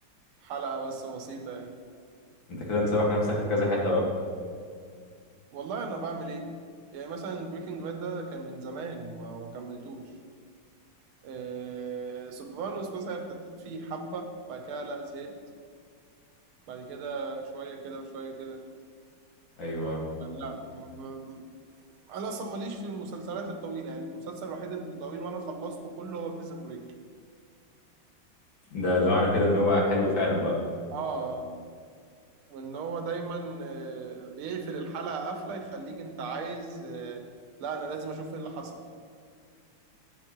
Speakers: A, on the right (about 85°); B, on the left (about 65°).
A: حلقه بس بسيطه يعني
B: انت كده مسوح نفسك في كذا حته بقى
A: والله انا بعمل ايه يعني مثلا بريكنج باد ده كان من زمان ما ما كملتوش آه سوبرانوس مثلا ابتديت فيه حبة بعد كده لا زهقت بعد كده شوية كده وشوية كده
B: ايوه آه.
A: لا م- ب- انا اصلا ماليش في المسلسلات الطويلة يعني المسلسل الوحيد الطويل وانا خلصته كله هو بريزن بريك
B: ده ده معنى كده ان هو حلو فعلا بقى
A: اه وان هو دايما آه، بيقفل الحلقة قفلة يخليك انت عايز آه، لا انا لازم اشوف ايه اللي حصل